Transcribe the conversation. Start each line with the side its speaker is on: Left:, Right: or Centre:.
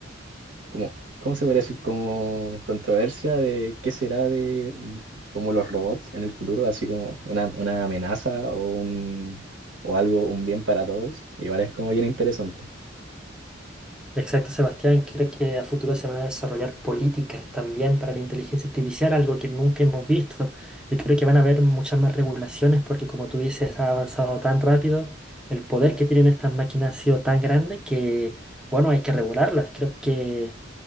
Right: como, ¿cómo se podría decir? Como controversia de qué será de como los robots en el futuro, así como una, una amenaza o un o algo, un bien para todos. Igual es como bien interesante.
Centre: Exacto, Sebastián. Creo que a futuro se van a desarrollar políticas también para la inteligencia artificial, algo que nunca hemos visto. Yo creo que van a haber muchas más regulaciones porque, como tú dices, ha avanzado tan rápido, el poder que tienen estas máquinas ha sido tan grande que, bueno, hay que regularlas. Creo que